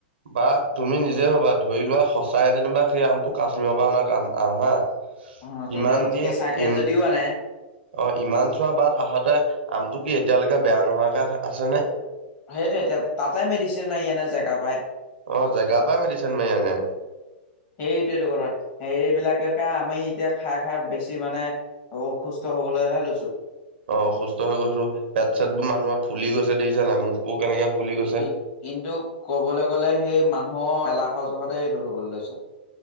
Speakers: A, on the right (about 75°); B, on the left (about 40°).
A: বা তুমি নিজে হবা ধৰি লোৱা সঁচাই যেনিবা সেই আমটো কাশ্মীৰৰ পৰা অনা কাম আম হা।
B: অ', যেনে
A: ইমান দিন
B: কেঁচাকে
A: ই।
B: যদিও আনে
A: অ ইমান চোৱা বাট আহাতে আমটো কি এতিয়ালৈকে বেয়া নোহাকৈ আছেনে।
B: সেইট তাতে মেডিচিন মাৰি এনে জেগা পায়
A: অ জেগা পৰা মেদিছিন মাই আনে
B: সেইটো এইটো কথা এইবিলাকে কে আমি এতিয়া খাই খাই বেছি মানে অ অসুস্থ হবলৈহে লৈছো
A: অ অসুস্থ হৈ গৈছো পেট চেট বোৰ মানুহৰ ফুলি গৈছে দেখিছা নাই মুখবোৰ কেনেকে ফুলি গৈছে।
B: কি কিন্তু ক'বলৈ গ'লে সেই মান হ এলাহৰ জহতে এইটো হবলে লৈছে